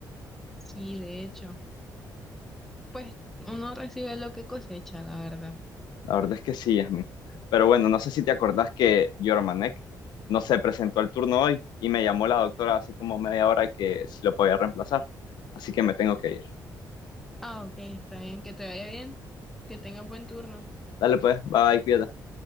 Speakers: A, in the centre; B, on the left.
A: Sí, de hecho, pues uno recibe lo que cosecha, la verdad.
B: La verdad es que sí, Yasmin. Pero bueno, no sé si te acordás que Yormanek no se presentó al turno hoy y me llamó la doctora hace como media hora que si lo podía reemplazar. Así que me tengo que ir.
A: Ah, ok, está bien, que te vaya bien, que tengas buen turno.
B: Dale pues, bye, cuídate.